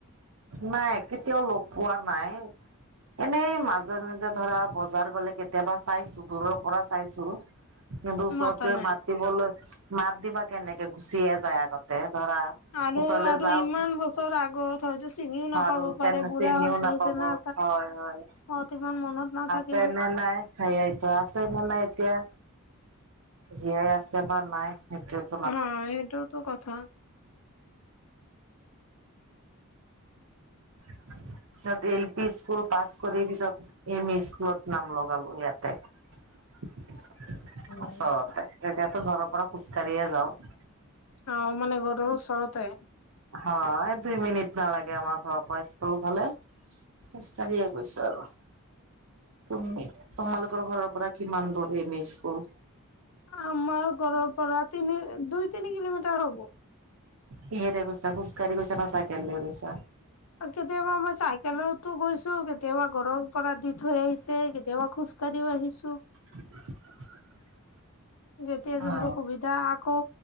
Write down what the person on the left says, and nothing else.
মাতা
নাই
আৰু
আৰু
ইমান বছৰ আগত হয়তো চিনিও নাপাব
পাৰে বুঢ়া
হৈ গৈছে
না
অটো ইমান মনত নাথাকে
হয় সেইটোতো কথা
অ
অ মানে ঘৰৰ ওচৰতে
আমাৰ ঘৰৰ পৰা তিনি দুই তিনি কিলোমিটাৰ হ'ব
কেতিয়াবা মই চাইকেলতো গৈছো কেতিয়াবা ঘৰৰ পৰা দি থৈ আহিছে কেতিয়াবা খোজ কাঢ়ি ও আহিছো
যেতিয়া যোনটো
সুবিধা আকৌ